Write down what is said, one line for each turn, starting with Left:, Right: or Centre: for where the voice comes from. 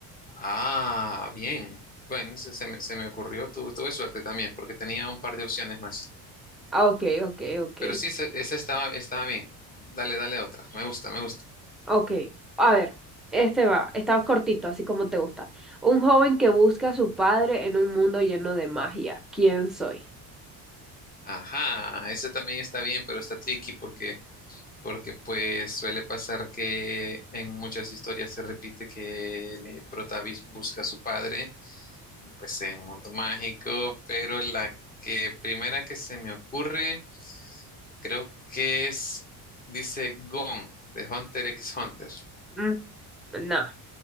Left: Ah, bien. Bueno, se, se me, se me ocurrió, tuve, tuve suerte también, porque tenía un par de opciones más.
Centre: Ah, Ok, ok, ok.
Left: Pero sí, esa, esa estaba, estaba bien. Dale, dale otra. Me gusta, me gusta.
Centre: Ok, a ver, este va, está cortito, así como te gusta. Un joven que busca a su padre en un mundo lleno de magia. ¿Quién soy?
Left: Ajá, esa también está bien, pero está tricky porque porque pues suele pasar que en muchas historias se repite que el protagonista busca a su padre, y pues en un mundo mágico, pero la que primera que se me ocurre, creo que es, dice Gon, de Hunter x Hunter.
Centre: Mm, No,